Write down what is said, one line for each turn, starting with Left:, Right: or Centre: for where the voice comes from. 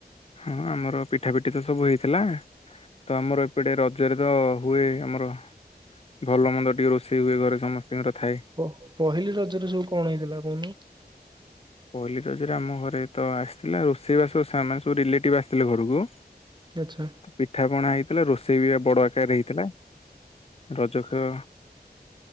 Left: ହଁ ଆମର ପିଠା ପିଠି ତ ସବୁ ହେଇଥିଲା। ତ ଆମର ଏପଟେ ରଜରେ ତ ହୁଏ ଆମର ଭଲ ମନ୍ଦ ଟିକେ ରୋଷେଇ ହୁଏ ଘରେ ସମସ୍ତିଙ୍କର ଥାଏ।
Right: ପ ପହିଲି ରଜରେ ସବୁ କଣ ହେଇଥିଲା କହୁନ?
Left: ପହିଲି ରଜରେ ଆମ ଘରେ ତ ଆସିଥିଲା ରୋଷେଇ ବାସ ସାମାନ ସବୁ ରିଲେଟିଭ୍ ଆସିଥିଲେ ଘରକୁ।
Right: ଆଚ୍ଛା।
Left: ପିଠା ପଣା ହେଇଥିଲା ରୋଷେଇ ବି ଆ ବଡ ଆକାରରେ ହେଇଥିଲା। ରଜ ଖେଳ